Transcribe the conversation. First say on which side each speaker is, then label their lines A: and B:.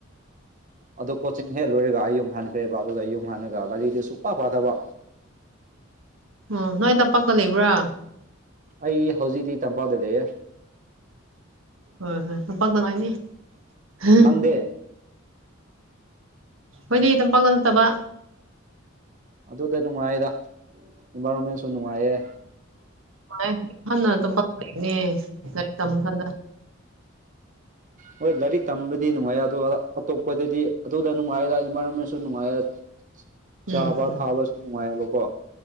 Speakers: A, on the right; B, on the right.
A: ꯑꯗꯨ ꯀꯣꯆꯤꯡ ꯍꯦꯛ ꯂꯣꯏꯔꯒ ꯑꯩ ꯌꯨꯝ ꯍꯥꯟꯈ꯭ꯔꯦꯕ ꯑꯗꯨꯒ ꯌꯨꯝ ꯍꯜꯂꯒ ꯂꯥꯏꯔꯤꯗꯨ ꯁꯨꯡꯄꯥ ꯐꯥꯊꯕ
B: ꯑꯣ ꯅꯣꯏ ꯇꯝꯄꯥꯛꯀ ꯂꯩꯕ꯭ꯔꯥ
A: ꯑꯩ ꯍꯧꯖꯤꯛꯗꯤ ꯇꯝꯄꯥꯛꯗꯨ ꯂꯩꯌꯦꯦ
B: ꯍꯣꯏ ꯍꯣꯏ ꯍ ꯄꯅ ꯂꯅꯤ <unintelligible>
A: ꯅꯪꯗꯤ
B: ꯍꯣꯏꯗꯤ ꯇꯝꯄꯥꯛꯇ ꯅꯠꯇꯕ
A: ꯑꯗꯨꯗ ꯅꯨꯡꯉꯥꯏꯗ ꯏꯟꯚꯥꯏꯔꯣꯟꯃꯦꯟꯁꯨ ꯅꯨꯡꯉꯥꯏꯌꯦ
B: ꯍꫭ ꯍꯟꯅ ꯇꯝꯄꯥꯛꯇ ꯂꯩꯅ‌ꯦ ꯂꯥꯏꯔꯤꯛ ꯇꯝꯃꯤ ꯀꯥꯟꯗ
A: ꯍꯣꯏ ꯂꯥꯏꯔꯤꯛ ꯇꯝꯕꯗꯤ ꯅꯨꯡꯉꯥꯏꯔ ꯑꯗꯨꯒ ꯑꯇꯣꯞꯄꯗꯗꯤ ꯑꯗꯨꯗ ꯅꯨꯡꯉꯥꯏꯔ ꯏꯟꯚꯥꯏꯔꯣꯟꯃꯦꯟꯁꯨ ꯅꯨꯡꯉꯥꯏꯔ
B: ꯎꯝ
A: ꯆꯥꯕ
B: ꯎꯝ
A: ꯊꯥꯕꯁꯨ ꯅꯨꯡꯉꯥꯏꯌꯦꯕꯀꯣ